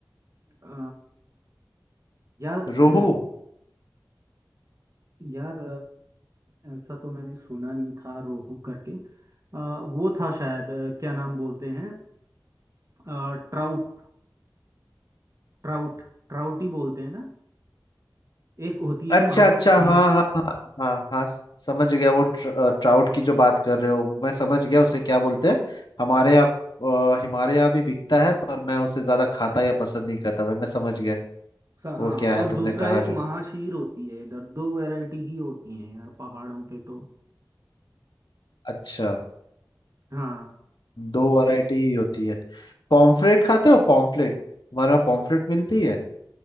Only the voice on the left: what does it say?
रोहू
अच्छा
अच्छा हाँ
हाँ हाँ हाँ हाँ समझ गया वो ट्र, अ, ट्राउट की जो बात कर रहे हो मैं समझ गया उसे क्या बोलते हैं हमारे यहाँ अ, हमारे यहाँ भी बिकता है पर मैं उसे ज्यादा खाता या पसंद नहीं करता भाई मैं समझ गया
वो
क्या
है तुमने
कहा
जो
अच्छा
दो वैरायटी ही होती है पॉम्फ्रेट खाते हो पॉम्फ्रेट हमारे वहाँ पॉम्फ्रेट मिलती है